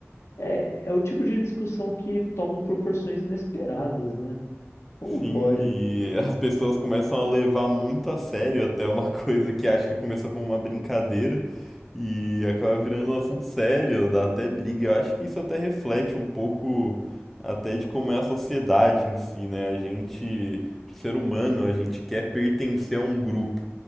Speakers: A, on the left (about 70°); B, in the centre.
A: É, é o tipo de discussão que toma proporções inesperadas, né? Como
B: Sim,
A: pode?
B: e as pessoas começam a levar muito a sério até uma <laughs> coisa que acho que começou como uma brincadeira e acaba virando um assunto sério, dá até briga. Eu acho que isso até reflete um pouco até de como é a sociedade em si, né? A gente, ser humano, a gente quer pertencer a um grupo